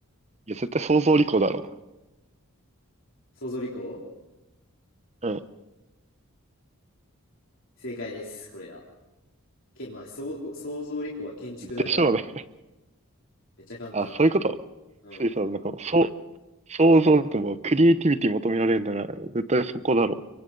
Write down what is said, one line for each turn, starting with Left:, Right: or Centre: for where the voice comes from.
Right: いや、絶対想像理工だろ
Left: 創造理工、
Right: う。うん。
Left: 正解です、これは。け、まあ、そう創造理工は建築だから、
Right: でしょうね。
Left: めっちゃ簡単。
Right: あ、そういうこと
Left: うん。
Right: そういうさ、なんかもう、そう、想像ってもうクリエイティビティ求められるなら、絶対そこだろうっ